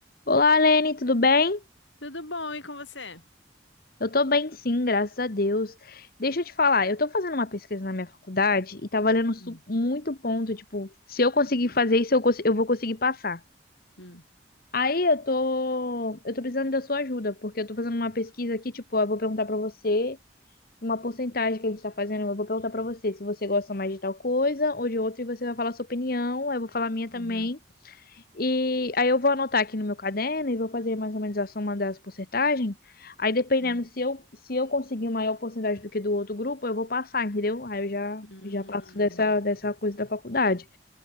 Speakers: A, on the left; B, on the left.
A: Olá, Lene, tudo bem?
B: Tudo bom, e com você?
A: Eu tô bem, sim, graças a Deus. Deixa eu te falar, eu tô fazendo uma pesquisa na minha faculdade e tá valendo su-
B: Hum,
A: muito ponto, tipo, se eu conseguir fazer isso, eu, cons- eu vou conseguir passar.
B: hum,
A: Aí eu tô, eu tô precisando da sua ajuda, porque eu tô fazendo uma pesquisa aqui, tipo, eu vou perguntar pra você uma porcentagem que a gente tá fazendo, eu vou perguntar pra você se você gosta mais de tal coisa ou de outra e você vai falar a sua opinião, aí eu vou falar a minha também.
B: uhum,
A: E aí eu vou anotar aqui no meu caderno e vou fazer mais ou menos a soma das porcentagens. Aí dependendo
B: hum,
A: se eu, se eu conseguir maior porcentagem do que do outro grupo, eu vou passar, entendeu? Aí eu já,
B: hum.
A: já passo dessa, dessa coisa da faculdade.